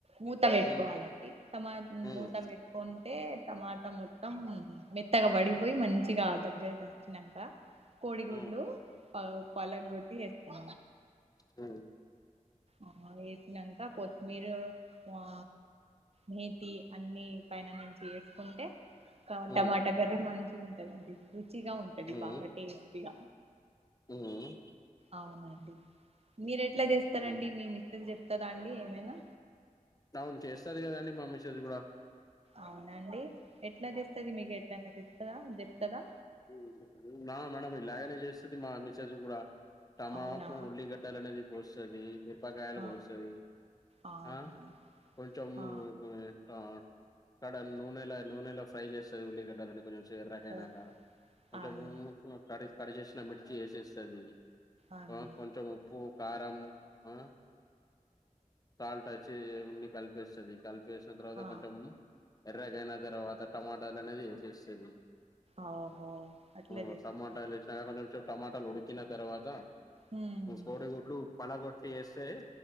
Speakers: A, on the right (about 50°); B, on the left (about 25°).
A: మూత
B: మ్మ్.
A: పెట్టుకోవాలండి టమా
B: మ్మ్.
A: మూత పెట్టుకుంటే టమాట మొత్తం మెత్తగ పడిపోయి మంచిగా ఆ దగ్గరకి వచ్చినాక కోడిగుడ్లు
B: మ్మ్.
A: ప పలక్ గొట్టి ఎస్ కో
B: అ
A: అమోయ్ నాంక కొత్తిమీర ఆ మేతి అన్నిీ పైన నేంచి చేసుకుంటే టమాట
B: మ్మ్.
A: కర్రీ మంంచి మంచిగా ఉంటదండి చిగా ఉంటది
B: మ్మ్.
A: బాగా టేస్టీగ
B: మ్మ్.
A: అవునండి మీరు ఎట్లా చేస్ త రండి
B: మ్మ్.
A: మీ మిసెస్ చెప్తరా అండి ఏమైనా
B: అవును చేస్తాది కదా అండి మా మిసెస్ కూడా
A: అవునండి ఎట్ ఎట్లా చేస్తది మీ <unintelligible> తద చెప్తదా
B: ఉహు నా మేడం ఇలాగనే చేస్తది మా మిసేజ్ కూడా టమాపు
A: అవునా
B: ఉల్లి గడ్డాల అనేది కొస్సది మిర్ప్ పకాయలు
A: ఆ,
B: కోస్తాది
A: ఆహా,
B: ఆ కొంచెం
A: ఆ,
B: ట అక్కడ నూనెలా నూనెలా ఫ్రై చేస్తది ఉల్లిగడ్డలని కొంచెం చివరి దాకా అయినాక
A: ఓ,
B: అంటే
A: అని
B: <unintelligible> కడిస్ కడ్ చేేసిన మిర్చి వేసేస్తది
A: అని
B: ఆ కొంచెం ఉప్పు కారం ఆ సాల్ట్ చి అన్ని కల్పేస్తది కల్ప్ వేసిన తర్వాత
A: ఆ,
B: కొంచెం ఎర్రగయిన తర్వాత టమాటాలు అనేది వేసేస్తది
A: ఓహో అట్లా
B: ఆ
A: చేస్తా
B: టమాటాలు వేసాక కొంచెం సేపు టమాటాలు ఉడికిన తర్వాత
A: ఉమ్,
B: కోడిగుడ్లు పలగొట్ ఏసే